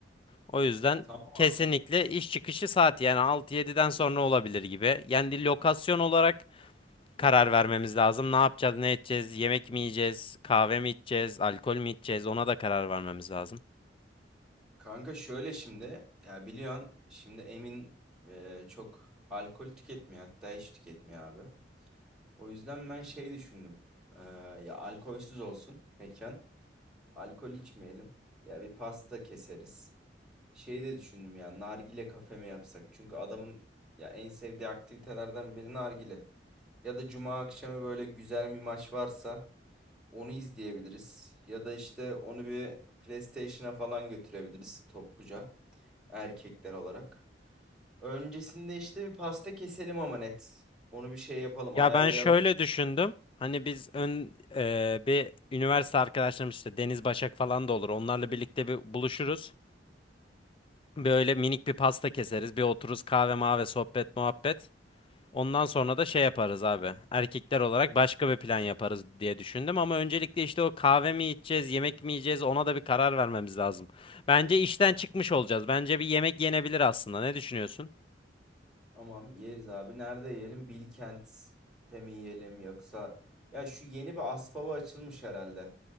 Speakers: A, on the left; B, in the centre.
A: O yüzden
B: Tamam
A: kesinlikle
B: abi.
A: iş çıkışı saati yani 6 yediden sonra olabilir gibi. Yani lokasyon olarak karar vermemiz lazım. Ne yapacağız, ne edeceğiz, yemek mi yiyeceğiz, kahve mi içeceğiz, alkol mü içeceğiz ona da karar vermemiz lazım.
B: Kanka şöyle şimdi ya biliyorsun şimdi Emin e, çok alkol tüketmiyor hatta hiç tüketmiyor abi. O yüzden ben şey düşündüm. E, ya alkolsüz olsun mekan. Alkol içmeyelim. Ya bir pasta keseriz. şeyi de düşündüm ya nargile kafe mi yapsak? Çünkü adamın ya en sevdiği aktivitelerden biri nargile. Ya da cuma akşamı böyle güzel bir maç varsa onu izleyebiliriz. Ya da işte onu bir PlayStation'a falan götürebiliriz topluca erkekler olarak. Öncesinde işte bir pasta keselim ama net. Onu bir şey yapalım,
A: Ya
B: ayarlayalım.
A: ben şöyle düşündüm. Hani biz ön e, bir üniversite arkadaşlarımız işte Deniz Başak falan da olur. Onlarla birlikte bir buluşuruz. Böyle minik bir pasta keseriz. Bir otururuz kahve mahve sohbet muhabbet. Ondan sonra da şey yaparız abi. Erkekler olarak başka bir plan yaparız diye düşündüm. Ama öncelikle işte o kahve mi içeceğiz, yemek mi yiyeceğiz ona da bir karar vermemiz lazım. Bence işten çıkmış olacağız. Bence bir yemek yenebilir aslında. Ne düşünüyorsun?
B: Tamam yeriz abi. Nerede yiyelim? Bilkent'te mi yiyelim yoksa ya şu yeni bir Aspava açılmış herhalde.